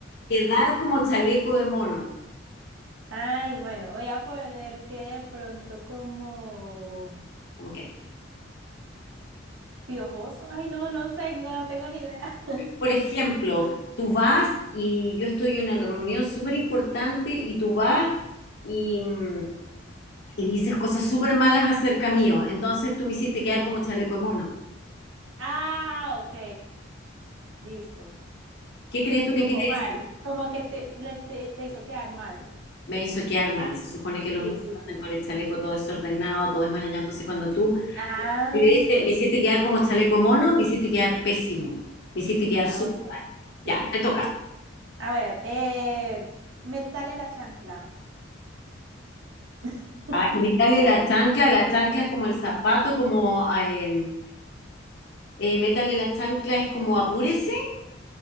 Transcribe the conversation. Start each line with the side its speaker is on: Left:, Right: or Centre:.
Left: quedar como chaleco de mono.
Right: Ay, bueno, voy a poner que de pronto como
Left: ¿Cómo que?
Right: piojoso. Ay, no, no tengo, no tengo ni idea. <laughs>
Left: Por ejemplo, tú vas y yo estoy en una reunión súper importante y tú vas y, mm, y dices cosas súper malas acerca mío. Entonces tú me hiciste quedar como chaleco de mono.
Right: Ah, ok, listo.
Left: ¿Qué crees tú que
Right: Como
Left: quiere
Right: mal,
Left: decir?
Right: como que te, le- te, te hizo quedar mal.
Left: Me hizo quedar mal. Se supone que los
Right: Sí,
Left: monos
Right: sí, sí.
Left: andan con el chaleco todo desordenado, todo desmarañado. Entonces cuando tú
Right: Ah,
Left: le dices, me hiciste quedar como chaleco de mono, me hiciste quedar pésimo. Me hiciste quedar súper
Right: ah, ok,
Left: mal.
Right: sí.
Left: Ya, te toca.
Right: A ver, eh, métale la chancla. <laughs>
Left: Ay, mírale la chancla. La chancla es como el zapato, como... em, eh, Métale la chancla es como apúrese. <laughs>